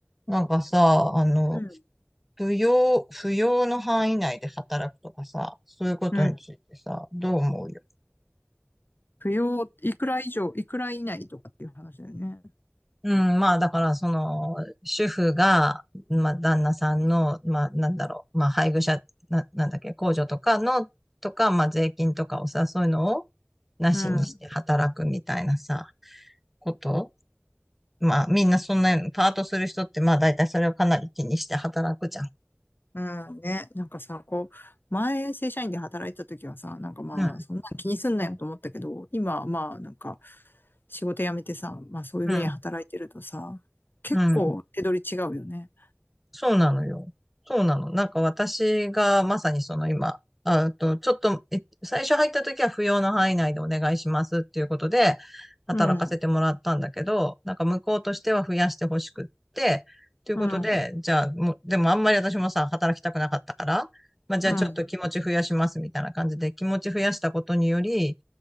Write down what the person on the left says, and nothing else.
うん。
うん。
扶養、いくら以上、いくら以内とかっていう話だよね。
うん。
うん。ね。なんかさ、こう、前、正社員で働いてた時はさ、なんかまあ、
そんな気にすんなよと思ったけど、今、まあ、なんか、仕事辞めてさ、まあ、そういうふうに働いてるとさ、
結構、
手取り違うよね。
うん。
うん。
うん。